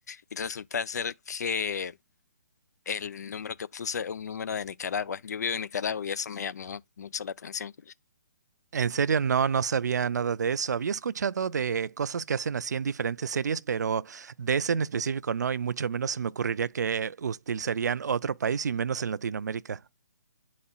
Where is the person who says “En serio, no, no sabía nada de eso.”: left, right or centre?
Right